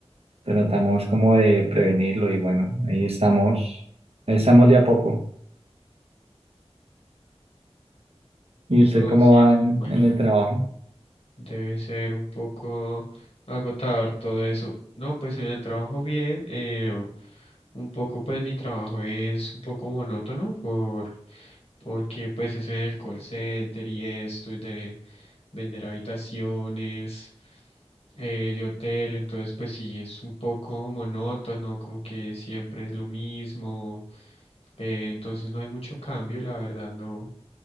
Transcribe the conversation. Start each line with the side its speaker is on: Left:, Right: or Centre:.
Right: tratamos como de prevenirlo y bueno, ahí estamos, ahí estamos de a poco. ¿Y usted
Left: No,
Right: cómo
Left: sí,
Right: va
Left: pues
Right: en,
Left: me imagino.
Right: en el trabajo?
Left: Debe ser un poco agotador todo eso. No, pues en el trabajo bien, eh, un poco pues mi trabajo es un poco monótono por, porque pues es en el call center y esto y de vender habitaciones. eh, de hotel, entonces pues sí, es un poco monótono, como que siempre es lo mismo, eh, entonces no hay mucho cambio, la verdad, no,